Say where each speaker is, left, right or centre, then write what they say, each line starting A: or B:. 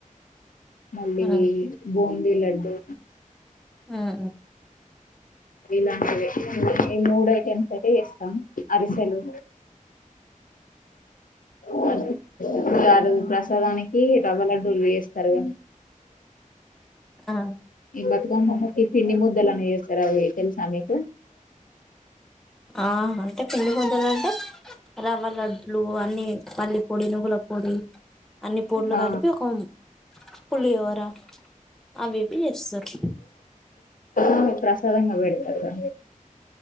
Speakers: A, on the left; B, in the centre.
A: మళ్ళీ
B: అదే
A: బూందీ లడ్డూ
B: ఆ
A: ఇలాంటివి ఈ మూడు ఐటెమ్స్ అయితే చేస్తాం అరిసెలు <unintelligible> ప్రసాదానికి రవలడ్డూలు వేస్త గా
B: ఆ
A: బతుక కి పిండి ముద్దలని చేస్తారు అవి తెలుసా మీకు
B: ఆ అంటే పిండి ముద్దలు అంటే రవ్వ లడ్లు అన్ని పల్ల పొడి నువ్ల పొడి అన్ని పూడ్లు
A: ఆ
B: కలిపి ఒక పులిహోరా అవివి చేస్తారు
A: అమ ప్రసాదంగా పేడతరూ కదా